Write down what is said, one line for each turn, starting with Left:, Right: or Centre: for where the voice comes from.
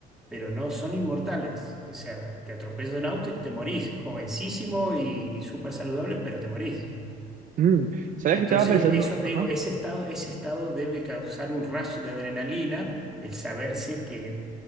Centre: pero no son inmortales. O sea, te atropella un auto y te morís, jovencísimo y, y súper saludable, pero te morís.
Right: Mm, ¿Sabes
Centre: Entonces,
Right: qué estaba pensando?
Centre: eso digo,
Right: Ajá.
Centre: ese estado, ese estado debe causar un rush de adrenalina, el saberse que